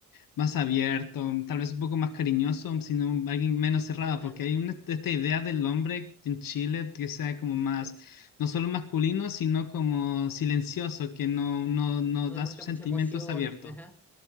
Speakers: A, on the left; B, in the centre.
A: más abierto, tal vez un poco más cariñoso, sino alguien menos cerrado,
B: Ajá.
A: porque hay una, esta idea del hombre en Chile que sea como más,
B: Sí.
A: no solo masculino, sino como silencioso, que no, no, no
B: No
A: da
B: demuestra
A: sus
B: mucha
A: sentimientos
B: emoción.
A: abiertos.
B: Ajá.